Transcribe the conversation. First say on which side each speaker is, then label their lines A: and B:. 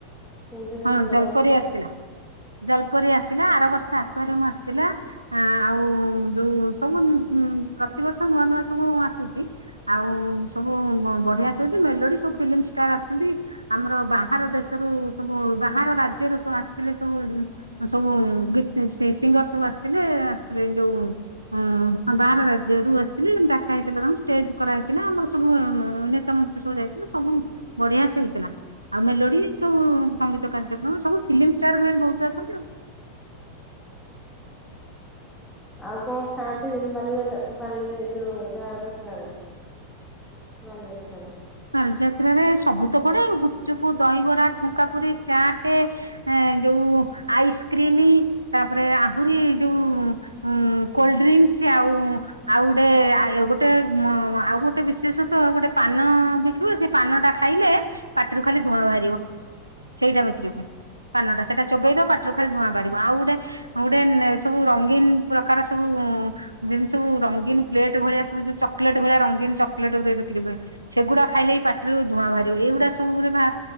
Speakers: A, in the centre; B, on the right (about 85°).
A: ସେମିତିବି
B: ହଁ
A: ଭଲ
B: ଜଲପରି
A: ହେଇଥିଲା
B: ଆସିଥିଲା।
A: ଆଉ।
B: ଜଲପରି ଆସିିଲା ଆର ବର୍ଷ ଆକୁଆରିୟମ ଆସିଥିଲା। ଆ ଆଉ ଯୋଉ ସବୁ ପ୍ରତିବର୍ଷ ନୂଆ ନୂଆ ସବୁ ଆସୁଛି। ଆଉ ସବୁ ବଢିଆସେ ହୋଉଛି ମେଲୋଡି ସବୁ ଫିଲ୍ମ ଷ୍ଟାର ଆସିଛନ୍ତି। ଆମର ବାହାର ଦେଶରୁ ସବୁ ବାହାର ରାଜ୍ୟରୁ ସବୁ ଆସିଥିଲେ ସବୁ ସବୁ ଗି ସିଙ୍ଗର ସବୁ ଆସିଥିଲେ ଆସିଥିଲେ ଯୋଉ, ହଁ ବାହାର ରାଜ୍ୟରୁ ଆସିଥିଲେ ଡାକା ହେଇଥିଲା ତାଙ୍କୁ ଷ୍ଟେଜ କରାହେଇଥିଲା ଆମର ସବୁ ଉଁ ଉଁ ମାନେ ନେତା ମନ୍ତ୍ରୀ ସବୁ ଯାଇଥିଲା, ସବୁ ବଢିଆ ସେ ହେଇଥିଲା ଆଉ ମେଲୋଡି ସବୁ ସଙ୍ଗୀତ କାର୍ଯ୍ୟକ୍ରମ ସବୁ ଫିଲ୍ମ ଷ୍ଟାର ମାନେ ବହୁତ ଆସନ୍ତି ଆଉ।
A: <inaudible> ଆଉ କଣ ଖାଆନ୍ତି ବା ବାଲି ଯୋଉ ଯା ଯାତ୍ରାରେ? ବାଲିଯାତ୍ରାରେ
B: ବାଲିଯାତ୍ରାରେ ସବୁ ତ ପଡେ ଗୁପଚୁପ୍, ଦହିବରା ଠୁଙ୍କାପୁୁରୀ, ଚାଟେ ଏ ଯୋଉ ଆଇସ୍କ୍ରିମ ତାପରେ ଆହୁରି ଯୋଉ ଉ କୋଲଡ୍ରିଙ୍କସ୍ ଆଉ ଆଉ ଗୋଟେ ଗୋଟେ ଆଉ ଗୋଟେ ବିଶେଷତ ଗୋଟେ ପାନ ବିକ୍ରିହୁଏ ସେ ପାନଟା ଖାଇଲେ ପାଟିରୁ ଖାଲି ଧୂଆଁ ବାହାରିବ ସେଇଟା ବିକ୍ରି ହୁଏ। ପାନଟା ସେଇଟା ଚୋବେଇଦବ ପାଟିରୁ ଖାଲି ଧୂଆଁ ବାହାରିବ ଆଉ ଗୋଟେ ଆଉ ଗୋଟେ ସବୁ ରଙ୍ଗୀନ ପ୍ରକାର ସବୁ ଯେମିତି ସବୁ ରଙ୍ଗୀନ ପ୍ଲେଟ୍ ଭଳିଆ ସବୁ ଚକଲେଟ୍ ଭଳିଆ ରଙ୍ଗୀନ ଚକଲେଟ ଯୋଉ ବିକ୍ରି ହଏ ସେଗୁଡାକ ଖାଇଲେ ପାଟିରୁ ଧୂଆଁ ବାହାରିବ ଏଇଗୁଡା ସବୁରେ ବା